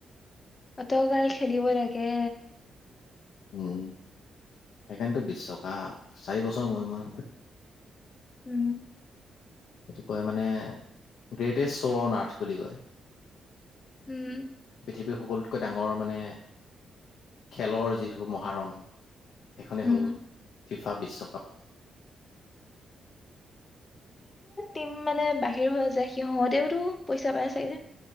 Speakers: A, on the left; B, on the left.
A: অত গাল খেলিব লাগে
B: উম সেইকাৰণেতো বিশ্ব কাপ চাৰি বছৰৰ মূৰে মূৰে হয়
A: উম
B: সেইটো কয় মানে গ্ৰেটেষ্ট শ্ব' অন আৰ্থ বুলি কয়
A: উম
B: পৃথিৱীৰ সকলোতকৈ ডাঙৰ মানে খেলৰ যি <unintelligible> মহাৰণ এখনে
A: উম
B: হ'ল ফিফা বিশ্বকাপ।
A: টীম মানে বাহিৰ হৈ যায় সিহঁতেওটো পইচা পায় চাগে।